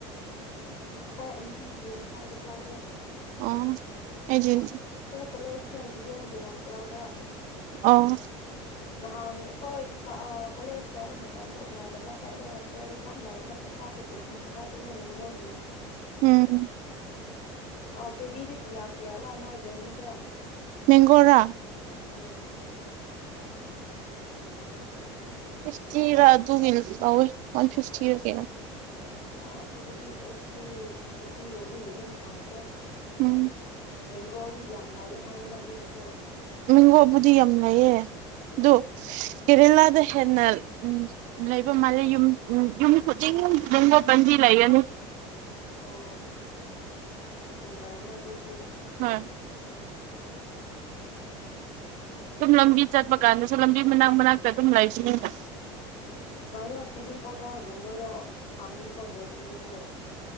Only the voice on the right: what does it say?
ꯑ ꯑꯩꯒꯤ ꯑꯟ ꯇꯤ <unintelligible>
ꯑꯣ
ꯎꯝ
ꯃꯦꯡꯒꯣꯔꯥ
ꯐꯤꯐꯇꯤꯔ ꯑꯗꯨꯒꯤ ꯇꯧꯑꯦ ꯋꯥꯟ ꯐꯤꯐꯇꯤꯔ ꯀꯌꯥꯅꯣ
ꯎꯝ
ꯃꯤꯡꯒꯣꯕꯨꯗꯤ ꯌꯥꯝ ꯂꯩꯌꯦ ꯑꯗꯨ
ꯀꯦꯔꯦꯂꯥꯗ ꯍꯦꯟꯅ ꯎꯝ ꯂꯩꯕ ꯃꯥꯜꯂꯦ ꯌꯨꯝ ꯌꯨꯝ ꯈꯨꯗꯤꯡ ꯃꯦꯡꯒꯣ ꯄꯥꯝꯕꯤ ꯂꯩꯒꯅꯤ
ꯎꯝ ꯑꯗꯨꯝ ꯂꯝꯕꯤ ꯆꯠꯄ ꯀꯥꯟꯗꯁꯨ ꯂꯝꯕꯤ ꯃꯅꯥꯛ ꯃꯅꯥꯛꯇ ꯑꯗꯨꯝ ꯂꯩꯁꯅꯤꯅ